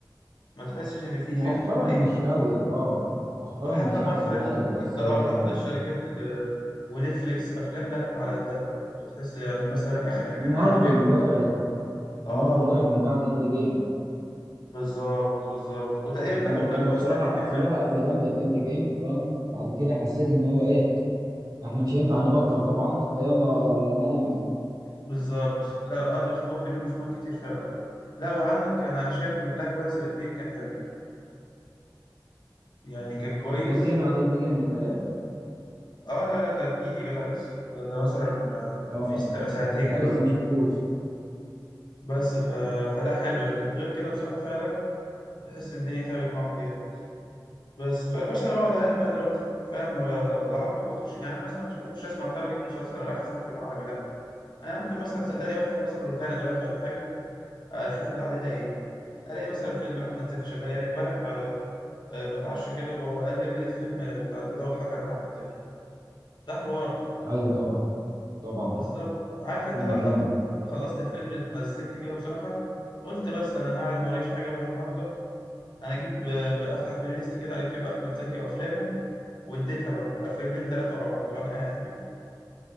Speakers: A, on the left; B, on the right.
A: ما تحسش ان في
B: مؤخرا
A: فيلم اللي هو ايه
B: مش قوي اه مؤخرا
A: حتى
B: مش
A: مارفل
B: احسن حاجة
A: حتى
B: بس
A: اه
B: آه،
A: حتى الشركات ال- ونتفليكس افلام لا على قدها بتحس يعني مثلا اخر حاجه
B: مارفل
A: انا شايف
B: وقعت مارفل
A: اه
B: وقعت من بعد اند جيم
A: بالظبط بالظبط وتقريبا
B: هو
A: لا وبلاك
B: هو
A: بانثر
B: بصراحة
A: الاثنين كان
B: قفلوها
A: حلو
B: قفلة جامدة في اند جيم فبعد كده حسيت ان هو ايه احنا مش هينفع نبطل طبعا فيلا نألف
A: بالظبط لا قعدوا يخبطوا يمين وشمال كتير فعلا لا وعندك انا شايف ان بلاك بانثر 2 كان حلو يعني كان كويس
B: ده جه بعد اند جيم متهيألي
A: اه لا لا ده جديد يا جدع لسه ده, ده مثلا آه،
B: اه
A: في ست- سنتين
B: لا
A: كده
B: لسه
A: ولا
B: ما
A: حاجه
B: شفتوش
A: بس ف... فلا حلو لكن غير كده بصراحه فعلا تحس ان الدنيا تعبت معاهم جامد بس فيا باشا انا بقعد اقلب بقى دلوقتي فاهم ب- العربي بخش يعني انا مثلا مش بخش اسمع تارجت مسلسل انا رايح اسمع فيلم عربي لا انا ممكن مثلا صدقني بفتح مثلا روتانا دلوقتي ولا حاجه اشوف اللي عليها ايه الاقي مثلا فيلم لاحمد زكي شغال يعني امبارح آه، آه، بتعشى كده بقلب لقيت فيلم بتاع البيضة والحجر بتاع أحمد زكي ده حوار
B: ايوه طبعا طبعا
A: بالظبط عارف أنت
B: فيلم
A: أنا
B: جامد
A: خلصت خلصت الفيلم اتمزجت كده بصراحة قلت بس أنا قاعد موريش حاجة بقى النهاردة أنا أجيب ب- بفتح بلاي ليست كده على اليوتيوب أحمد زكي وأفلامه واديتها بقى فيلمين تلاتة ورا بعض وأنا قاعد كده